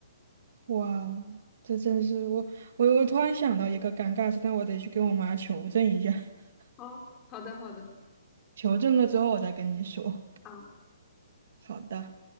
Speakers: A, on the right; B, on the left.
A: 哇哦这真是我我我突然想到一个尴尬事，但我得去跟我妈求证一下，<laughs>
B: 好，好的，好的。
A: 求证了之后我再跟你说。
B: 好。
A: 好的。